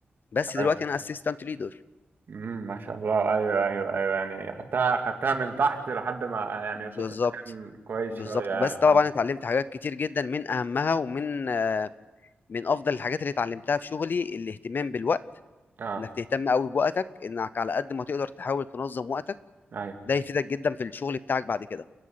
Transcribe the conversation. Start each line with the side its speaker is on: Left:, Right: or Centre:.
Left: بس
Right: ايوه
Left: دلوقتي أنا اسيستنت ليدر
Right: امم ما شاء الله ايوه ايوه ايوه يعني خدتها خدتها من تحت لحد ما يعني
Left: بالظبط
Right: وصلت مكان كويس
Left: بالظبط
Right: شوية يعني
Left: بس
Right: الحمد
Left: طبعا
Right: لله
Left: اتعلمت حاجات كتير جدا من أهمها ومن آه، من أفضل الحاجات اللي اتعلمتها في شغلي الاهتمام بالوقت
Right: اه
Left: انك تهتم قوي بوقتك انك على قد ما تقدر تحاول تنظم وقتك
Right: ايوه
Left: ده يفيدك جدا في الشغل بتاعك بعد كده